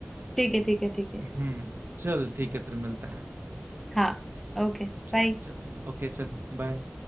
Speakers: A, in the centre; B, on the right.
A: ठीक है ठीक है ठीक है
B: हम्म चल ठीक है फिर मिलते हैं हम।
A: हाँ ओके
B: चल
A: बाय
B: चल ओके चल बाय